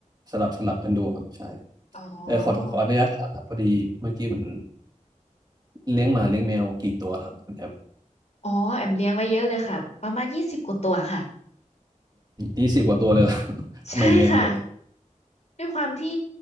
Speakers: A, on the right (about 30°); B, on the left (about 55°).
A: สลับสลับกันดูครับใช่
B: อ๋อ
A: เออขอขออนุญาตถามครับพอดีเมื่อกี้เหมือนเลี้ยงหมาเลี้ยงแมวกี่ตัวครับคุณแอม
B: อ๋อ แอมเลี้ยงไว้เยอะเลยค่ะ ประมาณยี่สิบกว่าตัวค่ะ
A: ยี่สิบกว่าตัวเลยล่ะ <laughs> ทำไมเลี้ยงเยอะจัง
B: ใช่ค่ะ ด้วยความที่